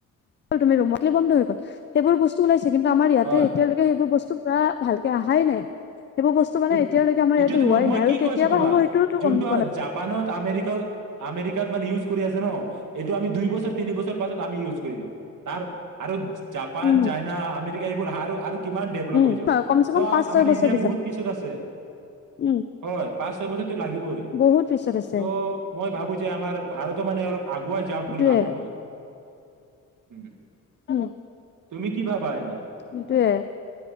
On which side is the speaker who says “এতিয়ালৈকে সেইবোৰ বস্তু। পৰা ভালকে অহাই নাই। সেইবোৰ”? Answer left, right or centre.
Left